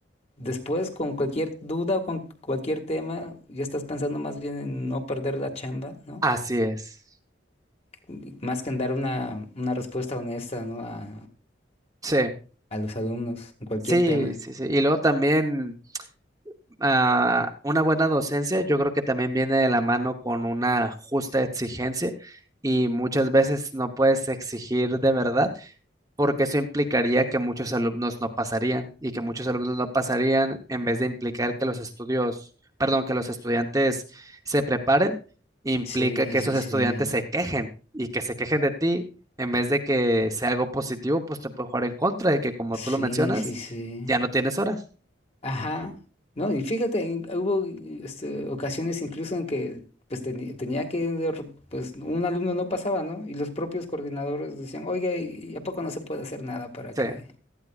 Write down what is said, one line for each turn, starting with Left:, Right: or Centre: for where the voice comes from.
Left: después con cualquier duda o con cualquier tema ya estás pensando más bien en no perder la chamba, ¿no?
Right: así es.
Left: Y Más que en dar una, una respuesta honesta, ¿no? A,
Right: Sí.
Left: a los alumnos en cualquier
Right: Sí,
Left: tema.
Right: sí, sí. Y luego también ah, una buena docencia, yo creo que también viene de la mano con una justa exigencia y muchas veces no puedes exigir de verdad porque eso implicaría que muchos alumnos no pasarían y que muchos alumnos no pasarían en vez de implicar que los estudios, perdón, que los estudiantes se preparen, implica
Left: Sí,
Right: que
Left: sí,
Right: esos estudiantes
Left: sí.
Right: se quejen y que se quejen de ti en vez de que sea algo positivo, pues te puede jugar en contra de que como
Left: Sí,
Right: tú lo mencionas,
Left: sí, sí.
Right: ya no tienes horas.
Left: Ajá, no, y fíjate, in- hubo este, ocasiones incluso en que pues teni- tenía que, de re- pues un alumno no pasaba, ¿no? Y los propios coordinadores decían, oiga, ¿y y a poco no se puede hacer nada para
Right: Sí,
Left: que